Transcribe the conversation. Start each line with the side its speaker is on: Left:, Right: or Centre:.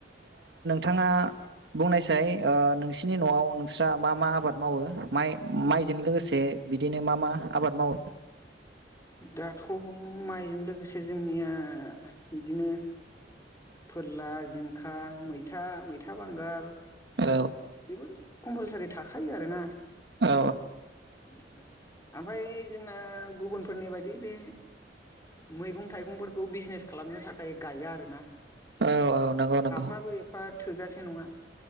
Right: थांङा बुंनायसाय ओ नोंसिनि न'आव नोंस्रा मा मा आबाद मावो माइ माइजों लोगोसे से बिदिनो मा मा आबाद मावो
Left: दाथ' माइजों लोगोसे जोंनिया बिदिनो फोरला जिं खा मैथा मैथा बांगाल
Right: औ
Left: बेफोरो कम्पालसारि थाखायो आरोना
Right: औ
Left: <unintelligible> आमफाय जोंना गुबुनफोरनि बायदि बे मैगं थाइगंफोरखौ बिजनेस खालामनो थाखाय गाया आरोना
Right: औ औ नंगौ नंगौ
Left: हाफ्राबो एफा थोजासे नङा